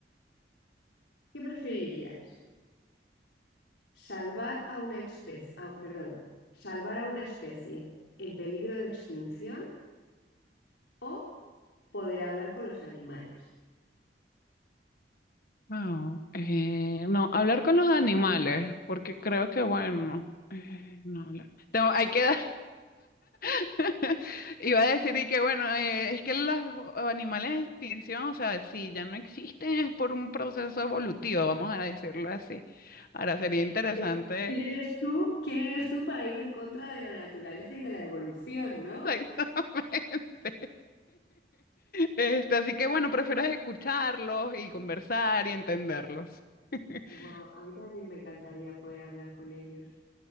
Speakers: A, on the left; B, on the left.
A: ¿Qué preferirías? Salvar a una especie, perdón, salvar a una especie en peligro de extinción o poder hablar con los animales.
B: Wow, eh, no, hablar con los animales, porque creo que bueno, eh, no hablar. Tengo- hay que dar- <laughs> Iba a decir y que bueno, eh, es que los animales en extinción, o sea, si ya no existen es por un proceso evolutivo, vamos a decirlo así. Ahora sería interesante.
A: ¿Quién quién eres tú? ¿Quién eres tú para ir en contra de la naturaleza y de la evolución, ¿no?
B: Exactamente. <laughs> Este, así que bueno, prefiero escucharlos y conversar y entenderlos. <laughs>
A: Wow, a mí también me encantaría poder hablar con ellos.